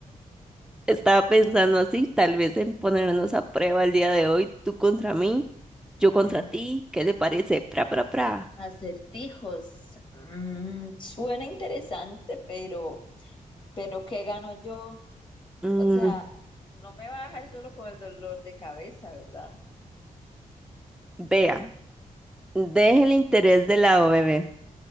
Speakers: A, in the centre; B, on the left.
A: Estaba pensando así, tal vez en ponernos a prueba el día de hoy, tú contra mí, yo contra
B: Mm,
A: ti. ¿Qué le parece? Pra, pra, pra.
B: Acertijos. Mm, Suena interesante, pero, pero ¿qué gano yo?
A: Mm,
B: O sea, no me va a dejar solo con el dolor de cabeza, ¿verdad?
A: vea. Deje el interés de lado, bebé.